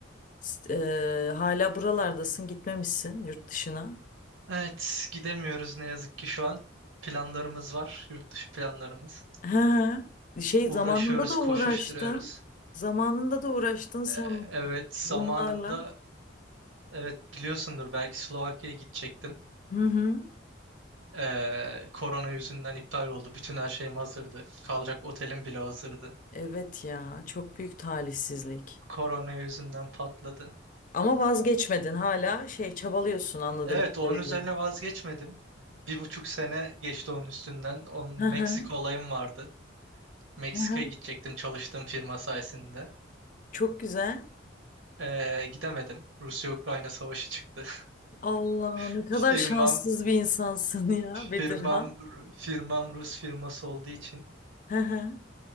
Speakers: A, on the left (about 40°); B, on the right (about 80°).
A: S- eee, hala buralardasın, gitmemişsin yurt dışına.
B: Evet gidemiyoruz ne yazık ki şu an. Planlarımız var. Yurt dışı planlarımız.
A: Hı hı. Şey
B: Uğraşıyoruz
A: zamanında da
B: koşuşturuyoruz.
A: uğraştın. Zamanında da uğraştın sen
B: Ee, evet zamanında
A: bunlarla.
B: evet biliyorsundur belki Slovakya'ya gidecektim.
A: Hı hı.
B: Ee, korona yüzünden iptal oldu. Bütün her şeyim hazırdı. Kalacak otelim bile hazırdı.
A: Evet ya, çok büyük talihsizlik.
B: Korona yüzünden patladı.
A: Ama vazgeçmedin hala şey çabalıyorsun anladığım
B: Evet
A: kadarıyla.
B: onun üzerine vazgeçmedim. Bir buçuk sene geçti onun üstünden. Onun
A: Hı
B: Meksika
A: hı,
B: olayım vardı. Meksika'ya
A: hı hı.
B: gidecektim çalıştığım firma sayesinde.
A: Çok güzel.
B: Ee, gidemedim. Rusya-Ukrayna savaşı çıktı.
A: Allah
B: <laughs>
A: ne kadar
B: Firmam
A: şanssız bir insansın ya Bedirhan.
B: firmam firmam Rus firması olduğu için
A: Hı hı.